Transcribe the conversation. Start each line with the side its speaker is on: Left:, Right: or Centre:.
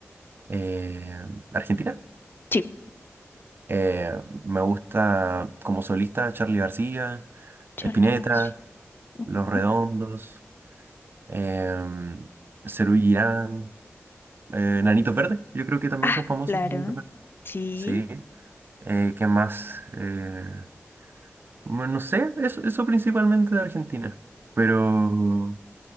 Right: eh, Argentina.
Left: Sí,
Right: Eh, me gusta como solista Charly García,
Left: Charlie
Right: Spinetta,
Left: García. Ujú.
Right: Los Redondos, em, Serú Girán, eh, Nanitos Verdes, yo creo que también
Left: Ah,
Right: son famosos.
Left: claro,
Right: Nanitos Verdes.
Left: sí.
Right: Sí, eh, ¿qué más? Eh, bueno, no sé, eso, eso principalmente de Argentina, pero,